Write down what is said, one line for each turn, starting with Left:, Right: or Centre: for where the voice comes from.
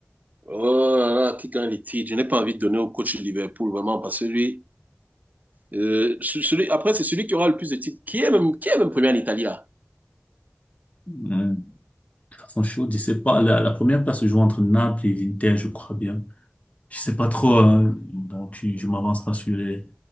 Right: Oh là là, qui gagne les titres? Je n'ai pas envie de donner au coach de Liverpool, vraiment, parce que lui, euh, ce- celui, après, c'est celui qui aura le plus de titres. Qui est même, qui est même premier en Italie, là?
Left: Hum, de façon chaude, je sais pas. La, la première place se joue entre Naples et l'Inter, je crois bien. Je sais pas trop, hein, donc je, je m'avance pas sur les.